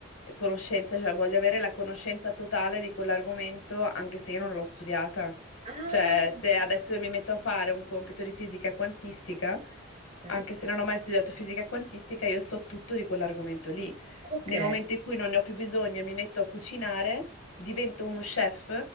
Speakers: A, on the left; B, on the right.
A: conoscenze, cioè voglio avere la conoscenza totale di quell'argomento anche se io non l'ho studiata.
B: Ah,
A: Cioè, se adesso mi metto a fare un compito di fisica quantistica,
B: ok.
A: anche se non ho mai studiato fisica quantistica, io so tutto di quell'argomento lì.
B: Ok.
A: Nel momento in cui non ne ho più bisogno e mi metto a cucinare, divento uno chef,